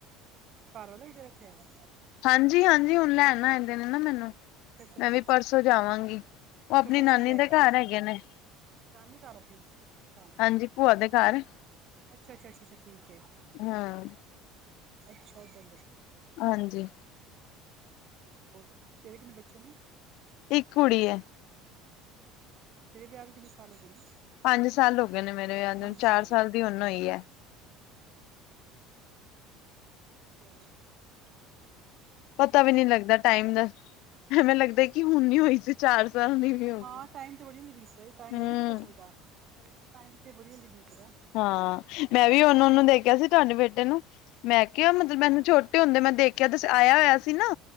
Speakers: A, on the right; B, on the left.
A: ਘਰ ਵਾਲੇ ਵੀ ਤੇਰਾ ੳਥੇ ਐ?
B: ਹਾਂਜੀ ਹਾਂਜੀ ਹੁਣ ਲੈਣ ਆਏਦੇ ਨੇ ਨਾ ਮੈਨੂੰ,
A: ਅੱਛਾ ਅੱਛਾ
B: ਮੈਂ
A: ਅੱਛਾ
B: ਵੀ
A: ਅੱਛਾ
B: ਪਰਸੋਂ ਜਾਵਾਂਗੀ।
A: ਅੱਛਾ
B: ਉਹ ਆਪਣੀ
A: ਪਰਸੋਂ
B: ਨਾਨੀ
A: ਜਾਏਗੀ
B: ਦੇ ਘਰ ਹੈਗੇ ਨੇ।
A: ਨਾਨੀ ਘਰ ਆਪਣੀ 'ਚ, ਅੱਛਾ।
B: ਹਾਂਜੀ ਭੂਆ ਦੇ ਘਰ।
A: ਅੱਛਾ ਅੱਛਾ ਅੱਛਾ ਅੱਛਾ ਠੀਕ ਹੈ
B: ਹਾਂ
A: ਅੱਛਾ ਉੱਧਰ।
B: ਹਾਂਜੀ।
A: ਵਧੀਆ ਹੋਰ ਤੇਰੇ ਕਿੰਨੇ ਬੱਚੇ ਨੇ।
B: ਇੱਕ ਕੁੜੀ ਹੈ।
A: ਇੱਕ ਕੁੜੀ ਹੈ ਅੱਛਾ ਤੇਰੇ ਵਿਆਹ ਨੂੰ ਕਿੰਨੇ ਸਾਲ ਹੋ ਗਏ ਨੇ।
B: ਪੰਜ ਸਾਲ ਹੋ ਗਏ ਨੇ ਮੇਰੇ ਵਿਆਹ
A: ਪੰਜ
B: ਚਾਰ ਸਾਲ
A: ਚਲੋ
B: ਦੀ ਹੁਣ ਹੋਈ ਹੈ।
A: ਚਲੋ ਵਧੀਆ ਇਹ ਵੀ।
B: ਪਤਾ ਵੀ ਨਹੀਂ ਲੱਗਦਾ ਟਾਈਮ ਦਾ ਐਵੇਂ ਲੱਗਦਾ ਕਿ ਹੁਣੀ ਹੋਈ ਸੀ ਚਾਰ ਸਾਲ ਦੀ। ਵੀ ਹੋ
A: ਹਾਂ
B: ਗਈ
A: ਟਾਈਮ ਤੇ ਬੜੀ ਜਲਦੀ ਬੀਤ ਦਾ ਜੀ ਟਾਈਮ
B: ਹੂੰ
A: ਦਾ ਨੀ ਪਤਾ ਚੱਲਦਾ ਟਾਈਮ ਤੇ ਬੜੀ ਜਲਦੀ ਬੀਤ ਦਾ।
B: ਹਾਂ ਮੈਂ ਵੀ ਉਹਨੂੰ ਉਹਨੂੰ ਦੇਖਿਆ ਸੀ ਤੁਹਾਡੇ ਬੇਟੇ ਨੂੰ ਮੈਂ ਕਿਹਾ ਮਤਲਬ
A: ਹਾਂ
B: ਮੈਨੂੰ ਛੋ। ਛੋਟੇ ਹੁੰਦੇ ਮੈਂ ਦੇਖਿਆ ਸ ਆਇਆ ਹੋਇਆ ਸੀ ਨਾ